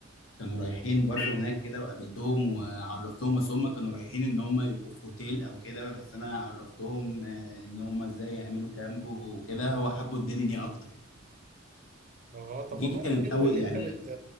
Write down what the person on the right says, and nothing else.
اه طب
والله
حلو
ان انت
بت